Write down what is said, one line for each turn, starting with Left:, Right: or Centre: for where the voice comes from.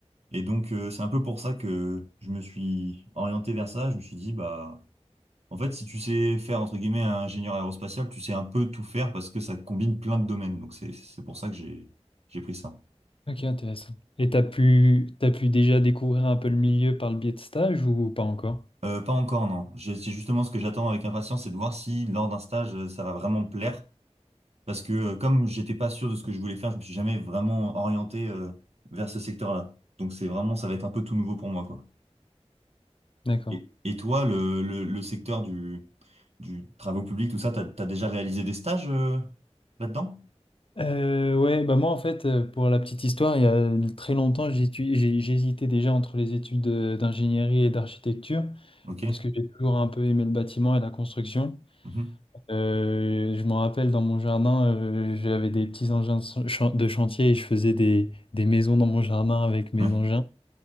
Right: Et donc, euh, c'est un peu pour ça que je me suis orienté vers ça. Je me suis dit, bah, en fait, si tu sais faire, entre guillemets, un ingénieur aérospatial, tu sais un peu tout faire parce que ça combine plein de domaines. Donc, c'est, c'est pour ça que j'ai, j'ai pris ça.
Left: Ok, intéressant. Et t'as pu, t'as pu déjà découvrir un peu le milieu par le biais de stage ou pas encore?
Right: Euh, pas encore, non. J'ai- C'est justement ce que j'attends avec impatience, c'est de voir si lors d'un stage, euh, ça va vraiment me plaire. Parce que euh, comme j'étais pas sûr de ce que je voulais faire, je me suis jamais vraiment orienté euh, vers ce secteur-là. Donc c'est vraiment, ça va être un peu tout nouveau pour moi, quoi.
Left: D'accord.
Right: Et, et toi, le, le, le secteur du, du travaux publics, tout ça, t'as, t'as déjà réalisé des stages euh, là-dedans?
Left: Euh, ouais, bah moi en fait, euh, pour la petite histoire, il y a très longtemps, j'étu- j'ai- j'hésitais déjà entre les études de- d'ingénierie et d'architecture
Right: Ok.
Left: parce que j'ai toujours un peu aimé le bâtiment et la construction.
Right: Mhm.
Left: Euh, je me rappelle dans mon jardin, euh, j'avais des petits engins de chan- de chantier et je faisais des, des maisons dans mon jardin avec mes
Right: Ouais.
Left: engins.